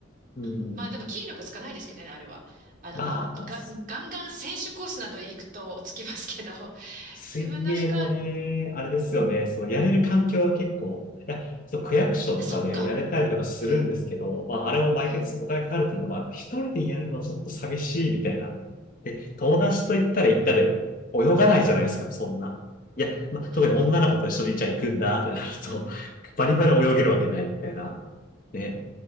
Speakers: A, on the left; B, on the right.
A: うん。
B: うんまあでも筋力つかないですけどね、あれは。あの、
A: まあ、
B: まあ、が、ガンガン選手コースなど行くとつきますけど、<laughs>
A: 水泳もね、
B: 自分の負荷
A: あれですよね。
B: うん。
A: そのやれる環境は結構、いや、そう、区役所とかでやれたりとかするんですけど、
B: そっか。うん、
A: まあ、あれも毎月お金かかるっていうのは、
B: うん、
A: まあ、一人でやるのはちょっと寂しいみたいな。で、友達と行ったら行ったで、泳がないじゃないですか、そんな。いや、まあ、特に女の子と一緒にじゃあ行くんだってなると、
B: うん、うん。
A: バリバリ泳げるわけないみたいな。ね、